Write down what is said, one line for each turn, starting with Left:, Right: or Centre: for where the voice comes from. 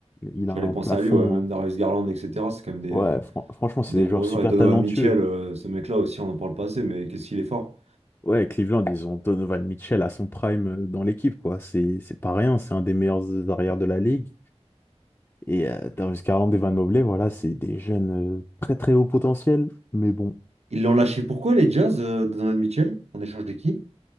Left: il
Right: j'allais
Left: a un
Right: penser
Left: plafond.
Right: à lui, ouais, même
Left: hein.
Right: Darius Garland, etc., c'est quand même des,
Left: Ouais,
Right: euh,
Left: fran- franchement, c'est
Right: des
Left: des
Right: gros
Left: joueurs super
Right: joueurs. Et Donovan
Left: talentueux.
Right: Mitchell, euh, ce mec-là aussi, on en parle pas assez, mais qu'est-ce qu'il est fort.
Left: Ouais, Cleveland, ils ont Donovan Mitchell à son prime euh, dans l'équipe, quoi. C'est, c'est pas rien, c'est un des meilleurs arrières de la ligue. Et euh, Darius Garland, Evan Mobley, voilà, c'est des jeunes euh, très très haut potentiel. Mais bon,
Right: Ils l'ont lâché pourquoi, les Jazz, euh, Donovan Mitchell, en échange de qui?